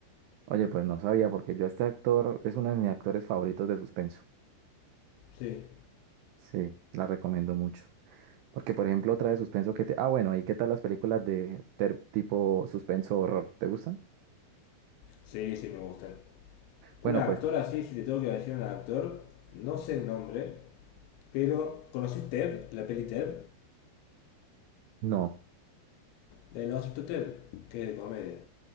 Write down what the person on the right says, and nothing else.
Oye, pues no sabía, porque yo este actor es uno de mis actores favoritos de suspenso.
Sí, la recomiendo mucho. Porque, por ejemplo, otra de suspenso que te... Ah, bueno, ¿y qué tal las películas de ter- tipo suspenso horror? ¿Te gustan?
Bueno,
pues
no,